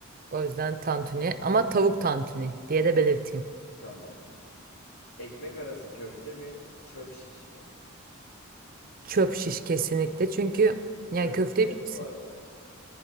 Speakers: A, on the right; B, on the left.
A: O yüzden tantuni. Ama tavuk tantuni diye de belirteyim.
B: Tamamdır. Ekmek arası köfte mi, çöp şiş mi?
A: Çöp şiş kesinlikle. Çünkü yani
B: Çöp
A: köfteyi
B: et
A: çok
B: bu arada.